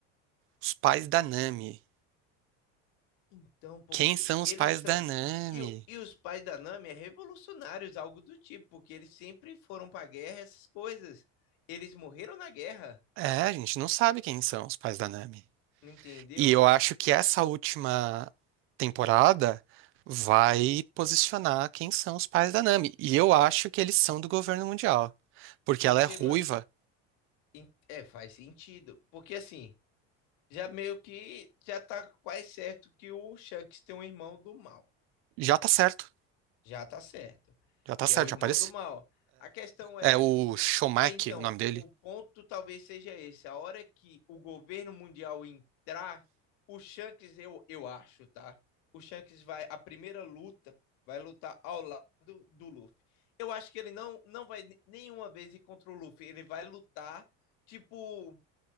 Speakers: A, on the right; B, on the left.
A: os pais da Nami.
B: Então, porque
A: Quem são
B: eles
A: os pais
B: são.
A: da Nami?
B: E, o- e os pais da Nami é revolucionários, algo do tipo, porque eles sempre foram pra guerra, essas coisas. Eles morreram na guerra,
A: É, a gente não sabe quem são os pais da Nami.
B: entendeu?
A: E eu acho que essa última temporada vai posicionar quem são os pais da Nami. E eu acho que eles são do governo mundial. Porque
B: Porque,
A: ela é ruiva.
B: mano, en- é, faz sentido. Porque assim, já meio que já tá quase certo que o Shanks tem um irmão do mal.
A: Já tá certo.
B: Já tá certo.
A: Já tá
B: Que
A: certo,
B: é o irmão
A: já apareceu.
B: do mal. A questão é.
A: É, é o Shomak,
B: É, então,
A: o nome dele.
B: o ponto talvez seja esse. A hora que o governo mundial entrar, o Shanks, eu, eu acho, tá? O Shanks vai, a primeira luta, vai lutar ao lado do Luffy. Eu acho que ele não, não vai ne- nenhuma vez ir contra o Luffy. Ele vai lutar, tipo,